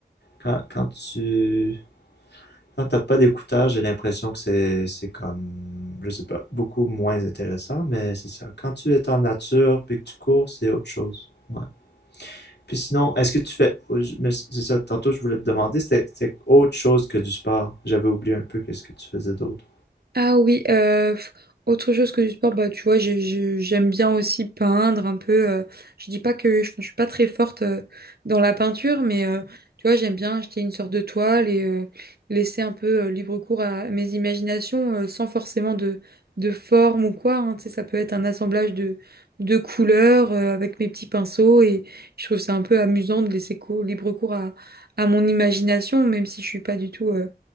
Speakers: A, on the left (about 80°); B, on the right (about 65°).
A: quand, quand tu quand t'as pas d'écouteurs, j'ai l'impression que c'est c'est comme, je sais pas, beaucoup moins intéressant. Mais c'est ça. Quand tu es en nature puis que tu cours, c'est autre chose. Ouais. Puis sinon, est-ce que tu fais. oh, mais C'est ça, tantôt je voulais te demander, c'était c'était autre chose que du sport. J'avais oublié un peu qu'est-ce que tu faisais d'autre.
B: Ah oui, euh, f- autre chose que du sport, bah tu vois, j'ai- j'ai- j'aime bien aussi peindre un peu. euh, je dis pas que je, je suis pas très forte euh, dans la peinture, mais euh, tu vois, j'aime bien acheter une sorte de toile et euh, laisser un peu euh, libre cours à mes imaginations euh, sans forcément de, de forme ou quoi. hein. Tu sais, ça peut être un assemblage de, de couleurs euh, avec mes petits pinceaux et je trouve ça un peu amusant de laisser co- libre cours à, à mon imagination, même si je suis pas du tout. euh,